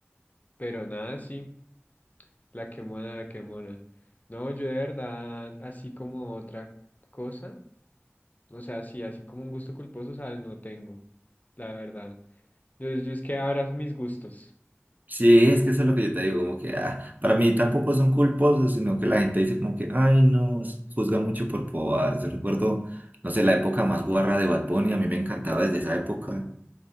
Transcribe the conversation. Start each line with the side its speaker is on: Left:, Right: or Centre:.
Left: pero nada, sí, la que mona, la que mona. No, yo de verdad, así como otra cosa, o sea, sí, así como un gusto culposo, sabes, no tengo, la verdad. Yo, yo es que abrazo mis gustos.
Right: Sí, es que eso es lo que yo te digo, como que ah, para mí tampoco son culposos, sino que la gente dice como que, ay, no, s- juzga mucho por bobadas. Yo recuerdo, no sé, la época más guarra de Bad Bunny, a mí me encantaba desde esa época,